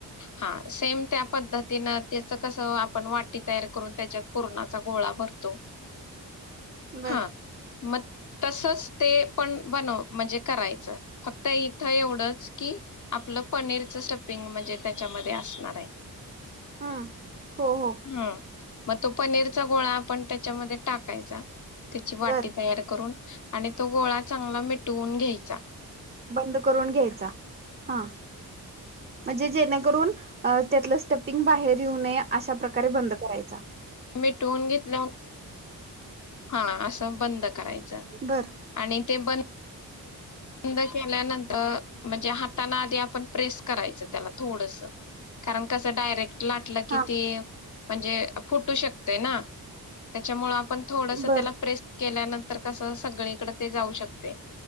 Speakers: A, on the left; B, on the right.
A: हा सेम त्या पद्धतीनं कस आपण वाटी तयार करून त्याच्यात परणाचा गोळा भरतो
B: बरं
A: हा मग तसच ते पण बनव म्हणजे करायचं फक्त इथं एवढंच की आपलं पनीरच स्टपिंग म्हणजे त्याच्यामध्ये असणार आहे
B: हम् हो हो
A: हा मग तो पनीरचा गोळा आपण त्याच्यामध्ये टाकायचा त्याची वाटी
B: बर
A: तयार करून आणि तो गोळा चांगला मिटवून घ्यायचा
B: बंद करून घ्यायचा हा म्हणजे जेणेकरून त्यातलं स्टपिंग बाहेर येऊ नये अशा प्रकारे बंद करायचा
A: मी टून घेतला हा असं बंद करायचं
B: बर
A: ते ब बंद केल्यानंतर म्हणजे हाताने आधी आपण प्रेस करायचं त्याला थोडस कारण कसं डायरेक्ट लाटलं किती
B: हा
A: म्हणजे फुटू शकते ना त्याच्यामुळे पण थोडस
B: बर
A: त्याला प्रेस केल्यानंतर कसं सगळीकडे ते जाऊ शकते